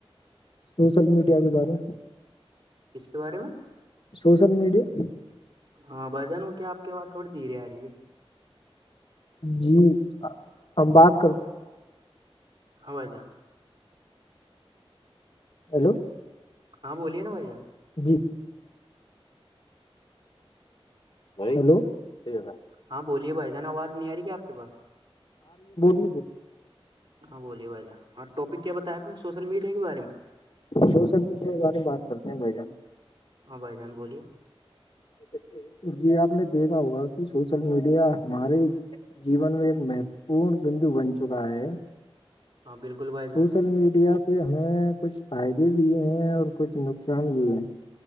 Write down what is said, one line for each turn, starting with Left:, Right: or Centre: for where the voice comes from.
Left: سوشل میڈیا کے بارے
Right: ک کے بارے میں
Left: سوشل میڈیا <unintelligible>
Right: ہاں بھجن وہ کیا آپ کے ب تھوڑی دھیرے آ رہی ہے
Left: جی ہم بات کر
Right: ہائی جان
Left: ہیلو <unintelligible>
Right: ہاں بولیے نا بھائی جان
Left: جی ہیلو رہ
Right: ہاں بولیے بھائی جان آواز نہیں آ رہی کیا آپ کے پاس
Left: بول
Right: ہاں بولیے بھائی جان ہاں ٹاپک کیا بتایا آپ نے سوشل میڈیا کے بارے میں
Left: سوشل میڈیا کے بارے میں بات کرتے ہیں ب
Right: ہاں بھائی جان بولیے
Left: کیا جی آپ نے دیکھا ہوگا کہ سوشل میڈیا ہمارے جیون میں ایک مہتو پورن بندو بن چکا ہے
Right: ہاں بالکل بھائی جان
Left: سوشل میڈیا ہمیں کچھ فائدے بھی ہیں اور کچھ نقصان بھی ہے